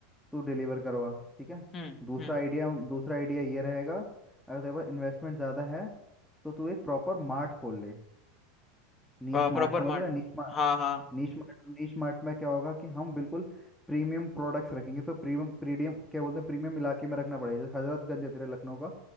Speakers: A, in the centre; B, on the left.
A: तू डिलीवर करवा ठीक है
B: हम्म
A: दूसरा
B: हम्म
A: आइडिया दूसरा आइडिया ये रहेगा अगर तेरे पास इन्वेस्टमेंट ज़्यादा है तो तू एक प्रॉपर मार्ट खोल ले नीश
B: Proper
A: मार्ट समझ
B: mart
A: रहा है Niche mart
B: हाँ हाँ
A: नीश मार्ट नीश मार्ट में क्या होगा कि हम बिल्कुल प्रीमियम प्रोडक्ट्स रखेंगे तो प्रीमियम प्रीमियम क्या बोलते हैं प्रीमियम इलाके में रखना पड़ेगा जैसे हजरतगंज है तेरे लखनऊ का